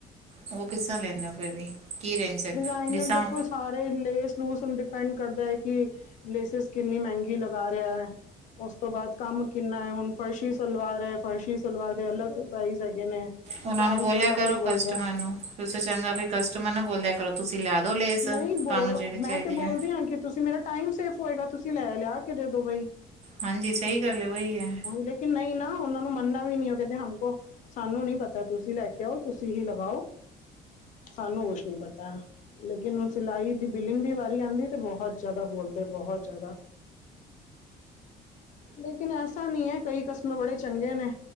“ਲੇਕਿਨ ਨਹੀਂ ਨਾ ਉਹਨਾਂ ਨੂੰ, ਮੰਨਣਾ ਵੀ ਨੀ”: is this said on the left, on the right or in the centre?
Left